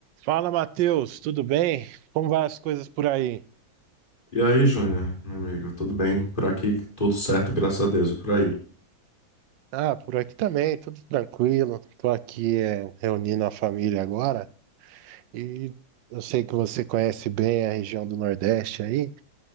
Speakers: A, on the right; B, on the left.
A: Fala, Matheus, tudo bem? Como vai as coisas por aí?
B: E aí, Júnior, meu amigo, tudo bem? Por aqui, tudo certo, graças a Deus, e por aí.
A: Ah, por aqui também, tudo tranquilo. Tô aqui é, reunindo a família agora e eu sei que você conhece bem a região do Nordeste aí